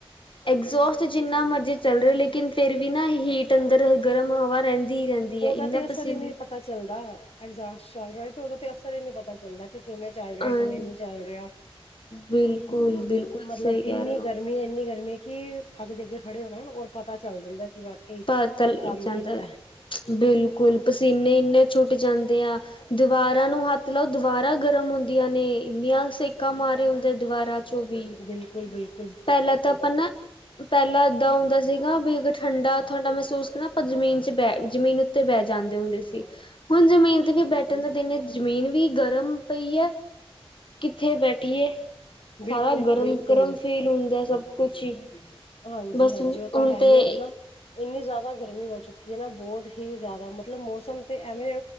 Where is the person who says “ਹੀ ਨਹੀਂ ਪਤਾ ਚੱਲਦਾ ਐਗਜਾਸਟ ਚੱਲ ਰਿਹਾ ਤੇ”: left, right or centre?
Left